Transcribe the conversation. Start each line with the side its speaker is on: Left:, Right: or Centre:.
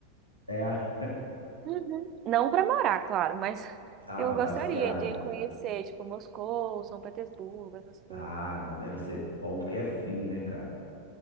Left: É a... <laughs>
Right: Uhum. Não pra morar, claro, mas <laughs>
Left: Ah,
Right: eu
Left: pra
Right: gostaria
Left: passear,
Right: de
Left: né?
Right: conhecer, tipo, Moscou, São Petersburgo, essas coisas.
Left: Ah, mu- deve ser bom porque é frio, né, cara?